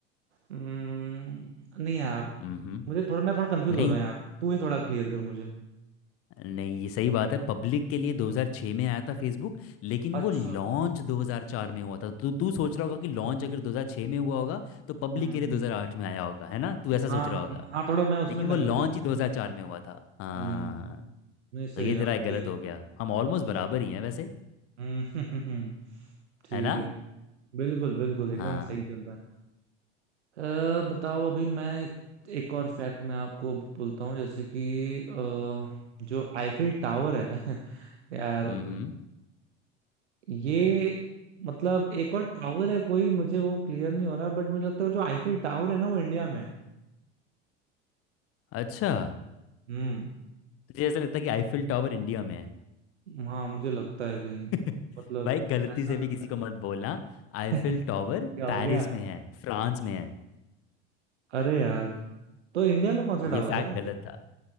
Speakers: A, on the right; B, on the left.
A: अम्म, नहीं यार
B: हम्म
A: मुझे थोड़ा मैं थोड़ा कंफ्यूज
B: नहीं
A: हो रहा हूँ यार तू ही थोड़ा क्लियर कर मुझे
B: नहीं ये सही बात है पब्लिक के लिए 2006 में आया था फेसबुक लेकिन
A: अच्छा
B: वो लॉन्च 2004 में हुआ था तो तू सोच रहा
A: ओ।
B: होगा कि लॉन्च अगर 2006 में हुआ होगा तो पब्लिक
A: हम्म
B: के लिए 2008 में आया होगा है ना तू ऐसा
A: हाँ
B: सोच रहा होगा
A: हाँ थोड़ा मैं
B: लेकिन
A: उसमें कंफ्यूज
B: वो लॉन्च
A: हो गया
B: ही 2004 में हुआ था
A: हम्म
B: हाँ
A: नहीं सही
B: तो ये
A: है
B: तेरा
A: अब
B: एक गलत
A: clear
B: हो
A: हो गया
B: गया हम ऑलमोस्ट बराबर ही हैं वैसे
A: हम्म <laughs> ठीक
B: है ना
A: है बिल्कुल बिल्कुल एकदम
B: हाँ
A: सही चल रहा है अ, बताओ अभी मैं एक, एक और फैक्ट मैं आपको बोलता हूँ जैसे कि अ, जो आईफिल टावर है <laughs> यार
B: हम्म
A: ये मतलब एक और टावर है कोई मुझे वो क्लियर नहीं हो रहा बट मुझे लगता है जो आईफिल टावर है ना वो इंडिया में है
B: अच्छा
A: हम्म
B: तुझे ऐसा लगता है कि आईफिल टावर इंडिया में है
A: हाँ मुझे लगता है कहीं
B: <laughs>
A: मतलब
B: भाई गलती
A: ऐसा
B: से
A: लगता
B: भी किसी को मत बोलना आईफिल
A: है <laughs>
B: टावर
A: क्या हो
B: पेरिस
A: गया
B: में है फ्रांस में है
A: अरे यार तो इंडिया में कौन सा
B: ये
A: टावर
B: फैक्ट
A: है यार
B: गलत था